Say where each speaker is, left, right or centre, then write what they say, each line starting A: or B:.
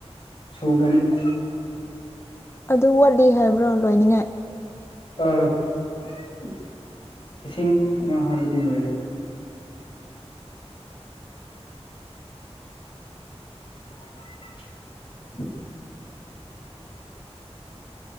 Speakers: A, on the left; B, on the left.
A: ꯁꯨꯕꯅꯤꯗ
B: ꯑꯗꯨ ꯋꯥꯠꯂꯤ ꯍꯥꯏꯕ꯭ꯔꯣ ꯂꯣꯏꯅꯤꯡꯉꯥꯏ
A: <unintelligible> ꯏꯁꯤꯡ ꯑꯃ ꯍꯥꯏꯕꯗꯤ ꯂꯣꯏꯔꯦꯗ <unintelligible> <unintelligible>